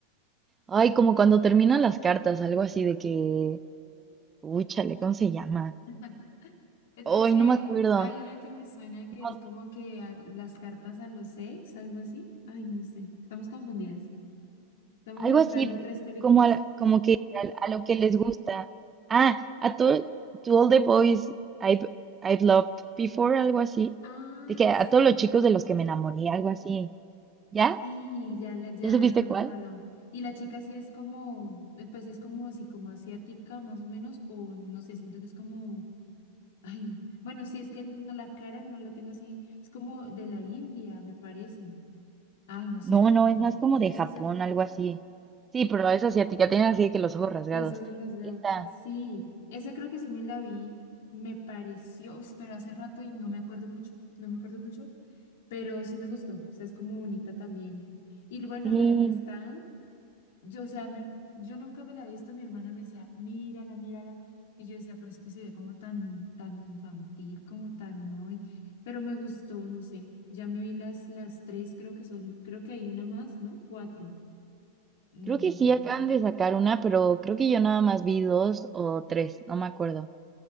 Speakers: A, on the right; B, on the left.
A: ay, como cuando terminan las cartas, algo así de que, uy, chale, ¿cómo se llama?
B: <laughs> Es
A: Ay,
B: es que
A: no me acuerdo.
B: hay una que me suena que
A: No,
B: es como que a- las cartas a los ex, algo así. Ay, no sé. Estamos confundidas. Estamos
A: algo
B: mezclando
A: así,
B: tres películas.
A: como, a la- como que a, a lo que les gusta. Ah, a to, to all the boys I've, I've loved before, algo así.
B: Ay,
A: De que a
B: sí.
A: todos los chicos de los que me enamoré, algo así. ¿Ya?
B: Y ya, la- ya,
A: ¿Ya supiste
B: ya me
A: cuál?
B: acuerdo. Y la chica sí es como, eh, pues es como así, como asiática más o menos, o no sé, siento que es como, ay, bueno, sí, es que no, la cara no la tengo así, es como de la India, me parece. Ay, no sé,
A: No, no, es
B: dónde
A: más como de
B: es
A: Japón,
B: asiática,
A: algo así. Sí, pero es asiática, tienen así de que los ojos rasgados.
B: los ojos rasgados.
A: Esta,
B: Sí, esa creo que sí me la vi, me pareció, uy, pero hace rato y no me acuerdo mucho, no me acuerdo mucho, pero sí me gustó, o sea, es como bonita también. Y bueno,
A: Sí,
B: la del stand. Yo, o sea, me, yo nunca me la he visto, mi hermana me decía, mírala, mírala. Y yo decía, pero es que se ve como tan, tan infantil, como tan hoy. Pero me gustó, no sé. Ya me vi las, las tres, creo que son, creo que hay una más, ¿no? Cuatro. Mm.
A: creo que sí acaban de sacar una, pero creo que yo nada más vi dos o tres, no me acuerdo.